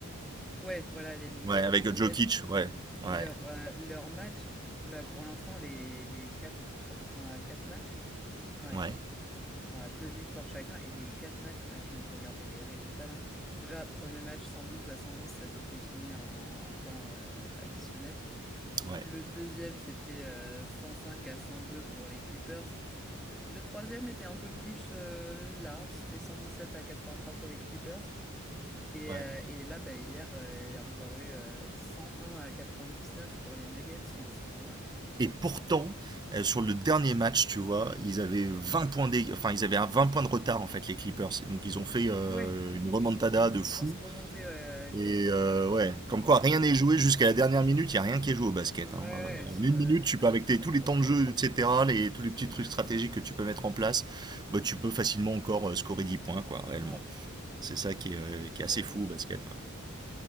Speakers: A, in the centre; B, on the right.
A: Ouais, voilà, les Denver
B: Ouais, avec
A: Nuggets.
B: Jokic, ouais. Ouais.
A: Leur, euh, leur match, bah, pour l'instant, les, les quatre. Je crois qu'ils sont à quatre matchs. Ouais.
B: Ouais.
A: Ils sont à deux victoires chacun. Et les quatre matchs, là, je viens de regarder les résultats là. Déjà, premier match 112 à 110. ça s'était fini en temps euh, additionnel.
B: Ouais.
A: Le deuxième, c'était euh, 105 à 102 pour les Clippers. Le troisième était un peu plus euh, large, c'était 117 à 83 pour les Clippers. Et,
B: Ouais.
A: euh, et là, bah, hier, euh, il y a encore eu euh, 101 à 99 pour les Nuggets. Enfin, c'est vraiment, à chaque fois, c'est...
B: Et pourtant, euh, sur le dernier match, tu vois, ils avaient 20 points d'é- enfin ils avaient un 20 points de retard en fait les Clippers. Et donc ils ont fait euh,
A: Ouais,
B: une remontada
A: ils ont fait une
B: de
A: grosse
B: fou.
A: remontée, ouais, euh,
B: Et
A: quatrième
B: euh,
A: carton,
B: ouais,
A: ouais, j'ai
B: comme
A: vu
B: quoi
A: ça.
B: rien n'est joué jusqu'à la dernière minute. Il y a rien qui est joué au basket.
A: Ouais, ouais,
B: hein. Euh, en
A: je,
B: une
A: euh,
B: minute,
A: du
B: tu
A: coup, je
B: peux
A: trouve
B: avec tes-
A: ça
B: tous
A: trop
B: les temps
A: bien,
B: de
A: ouais.
B: jeu, etc., les, tous les petits trucs stratégiques que tu peux mettre en place, bah, tu peux facilement encore euh, scorer 10 points quoi, réellement.
A: Ouais,
B: C'est ça qui est, euh, qui
A: ouais,
B: est assez fou au basket. ouais.
A: ouais, de ouf.